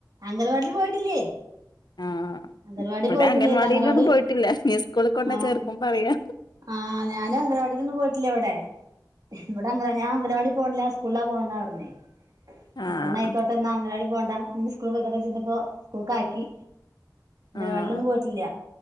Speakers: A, on the right; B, on the left.
A: അംഗൽവാടില് പോയിട്ടില്ലേ.
B: ആഹ്
A: അംഗൻവാടി
B: ബടെ
A: പോയിട്ടില്ലേന്ന്
B: അംഗൻവാടിയിലൊന്നും
A: അംഗൻവാടി
B: പോയിട്ടില്ല ഞ് സ്കൂള് കൊണ്ടെ
A: ആഹ്
B: ചേർക്കുമ്പറയാ.
A: ആഹ് ഞാനു അംഗൻവാടിലൊന്നു പോയിട്ടില്ലവടെ. വടെ അങ്കലാ ഞാ അങ്കലവാടി പോൺല ഞാ സ്കൂൾലാ പോണന്നാ പർഞ്ഞേ.
B: ആഹ്
A: അപ്പന്നയ്ക്കോട്ടെന്നാ അങ്ങലാടി പോണ്ട ഞ് സ്കൂൾ പോയിക്കോട്ടെച്ച്ട്ട്പ്പോ സ്കൂൾക്കാക്കി. ങ്കലവാടിലൊന്നു
B: ആഹ്
A: പോയിട്ടില്ല.